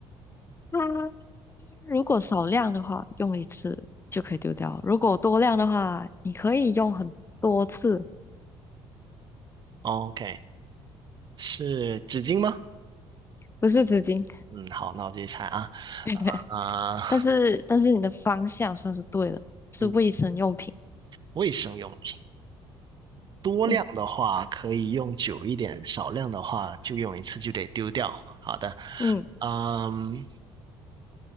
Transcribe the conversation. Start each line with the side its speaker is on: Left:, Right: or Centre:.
Left: <laughs> 它如果少量的话，用一次就可以丢掉；如果多量的话，你可以用很多次，
Right: ？OK，是纸巾吗？
Left: 不是纸巾。
Right: 嗯，好，那我继续猜啊。
Left: <laughs>
Right: 啊、
Left: 但是，但是你的方向算是对了，是卫生用品。
Right: 嗯，卫生用。品。多量的话可以用久一点，
Left: 嗯
Right: 少量的话就用一次就得丢掉。好的，
Left: 嗯，
Right: 嗯